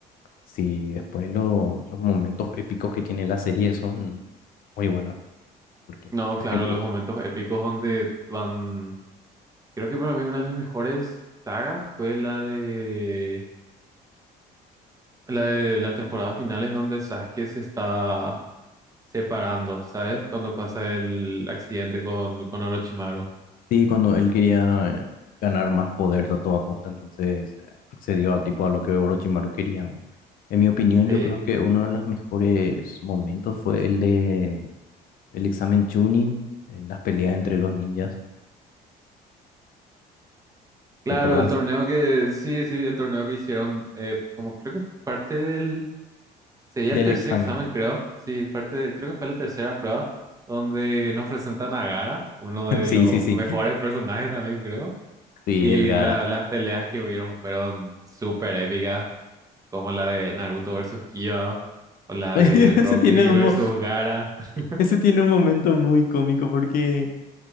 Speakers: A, on the left (about 60°); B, on the right (about 20°).
A: Sí, después lo- los momentos épicos que tiene la serie son muy buena, porque,
B: No,
A: por
B: claro,
A: ejemplo,
B: los momentos épicos donde van Creo que para mí una de las mejores sagas fue la de la de las temporadas finales donde Sasuke se está separando, ¿sabes? Cuando pasa el accidente con, con Orochimaru.
A: sí, cuando él quería eh, ganar más poder a toda costa, entonces eh, accedió a tipo a lo que Orochimaru quería. ¿no? En mi opinión,
B: Sí.
A: yo creo que uno de los mejores momentos fue el de el examen Chunin, en las peleas entre los ninjas,
B: Claro,
A: ¿recordás?
B: el torneo que, sí, sí, el torneo que hicieron, eh, como creo que fue parte del, sería
A: Del
B: el tercer
A: examen.
B: examen, creo. Sí, parte de- creo que fue la tercera prueba donde nos presentan a Gaara, uno de
A: <laughs> Sí,
B: los
A: sí, sí.
B: mejores personajes también, creo.
A: Sí,
B: Y
A: el Gara.
B: la- las peleas que hubieron fueron súper épicas. como la de Naruto versus Kiba o la
A: <laughs>
B: de
A: Ese
B: Rock
A: tiene
B: Lee
A: un,
B: versus
A: mo-
B: Gaara. <laughs>
A: ese tiene un momento muy cómico porque